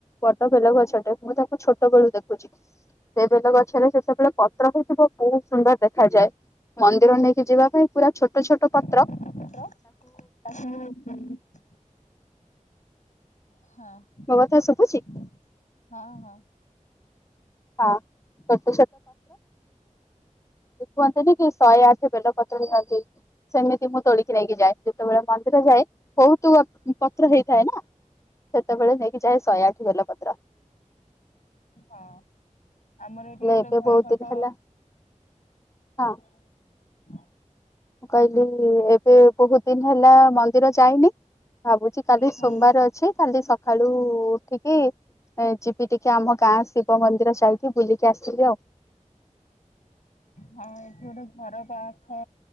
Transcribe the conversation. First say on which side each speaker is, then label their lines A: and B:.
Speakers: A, on the left; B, on the left.
A: ବଡ ବେଲ ଗଛଟେ ମୁଁ ତାକୁ ଛୋଟ ବେଳୁ ଦେଖୁଛି। ସେ ବେଲ ଗଛରେ ସେତେବେଳେ ପତ୍ର ହଉଥିବ ବହୁତ ସୁନ୍ଦର୍ ଦେଖାଯାଏ। ମନ୍ଦିର ନେଇକି ଯିବା ପାଇଁ ପୁରା ଛୋଟ ଛୋଟ ପ।
B: ପ୍ରକ୍ ତାକୁ। ହଁ
A: ମୋ କଥା ଶୁଭୁଛି
B: ହଁ ହଁ।
A: ହଁ ଛୋଟ କୁହନ୍ତିନ କି ଶହେ ଆଠ ବେଲ ପତ୍ର ନିଅନ୍ତି ସେମିତି ମୁଁ ତୋଳିକି ନେଇକି ଯାଏ ଯେତେବେଳେ ମନ୍ଦିର ଯାଏ ବହୁତ ପତ୍ର ହେଇଥାଏ ନା। ସେତେବେଳେ ନେଇକି ଯାଏ ସହେ ଆଠ ବେଲ ପତ୍ର। ତ୍ର।
B: ହଁ ଆମର ଏଇଠି ଗୋଟେ
A: ଏବେ
B: ଘର
A: ବହୁତ
B: ପାଖ
A: ଦିନ ହେଲା
B: <unintelligible>
A: ହଁ ମୁଁ କଇଲି ଏବେ ବୋହୁତ ଦିନ ହେଲା ମନ୍ଦିର ଯାଇନି ଭାବୁଛି କାଲି
B: ହଁ।
A: ସୋମବାର ଅଛି କାଲି ସକାଳୁ ଉଠିକି ଏ ଯିବି ଟିକେ ଆମ ଗାଁ ଶିବ୍ ବ ମନ୍ଦିର ଯାଇକି ବୁଲିକି ଆସିବି ଆଉ।
B: ହଁ ଏଠି ଗୋଟେ ଘର ପାଖ